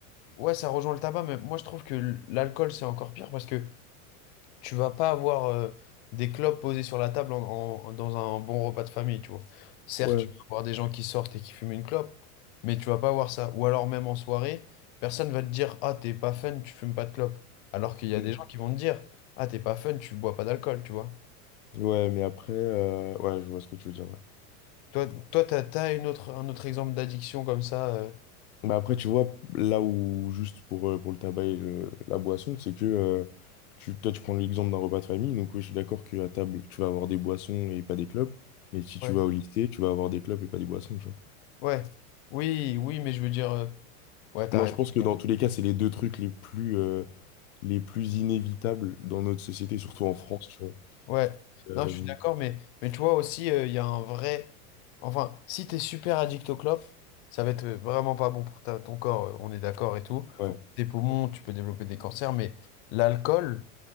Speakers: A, on the left; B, on the left.
A: Ouais, ça rejoint le tabac, mais moi je trouve que l'alcool c'est encore pire parce que tu vas pas avoir euh, des clopes posées sur la table en- en- dans un bon repas de famille, tu vois. Certes,
B: Ouais.
A: tu vas avoir des gens qui sortent et qui fument une clope, mais tu vas pas avoir ça. Ou alors même en soirée, personne va te dire, ah, t'es pas fun, tu fumes pas de clope. Alors qu'il y a
B: Mm.
A: des gens qui vont te dire, ah, t'es pas fun, tu bois pas d'alcool, tu vois.
B: Ouais, mais après, euh, ouais, je vois ce que tu veux dire. ouais.
A: Toi, toi, t'as, t'as une autre, un autre exemple d'addiction comme ça. euh,
B: Bah après, tu vois, là où, juste pour, euh, pour le tabac et le- la boisson, c'est que euh, tu, toi, tu prends l'exemple d'un repas de famille. Donc, oui, je suis d'accord qu'à table, tu vas avoir des boissons et pas des clopes. Mais si tu
A: Ouais.
B: vas au Mm. lycée, tu vas avoir des clopes et pas des boissons, tu vois.
A: Ouais. Oui, oui, mais je veux dire, euh, ouais, t'arrêtes.
B: Non, je pense que dans tous les cas, c'est les deux trucs les plus, euh, les plus inévitables dans notre société, surtout en France, tu vois.
A: Ouais,
B: Euh,
A: non, je suis d'accord, mais, mais tu vois aussi, euh, il y a un vrai. Enfin, si t'es super addict au clopes, ça va être euh, vraiment pas bon pour ta- ton corps, euh, on est d'accord et tout.
B: ouais.
A: Tes poumons, tu peux développer des cancers, mais l'alcool,